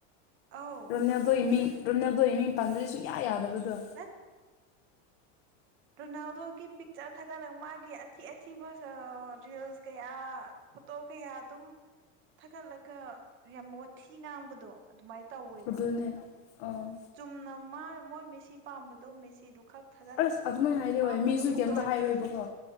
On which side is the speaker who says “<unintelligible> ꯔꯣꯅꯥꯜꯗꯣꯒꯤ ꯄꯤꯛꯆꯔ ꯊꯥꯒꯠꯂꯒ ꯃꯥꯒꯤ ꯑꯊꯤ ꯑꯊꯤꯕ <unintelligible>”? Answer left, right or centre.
Right